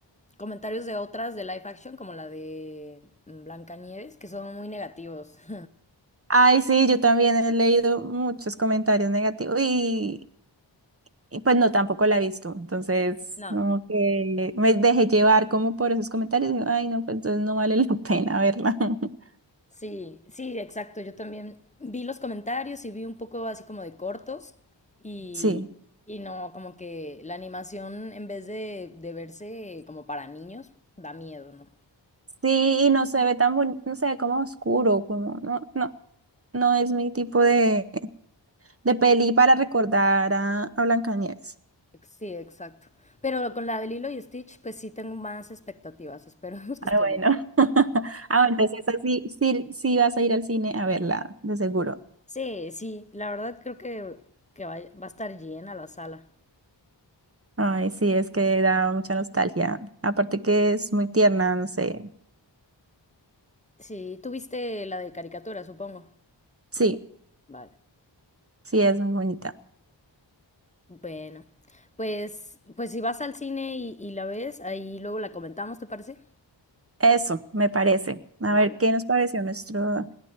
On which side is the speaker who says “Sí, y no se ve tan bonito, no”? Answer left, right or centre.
Right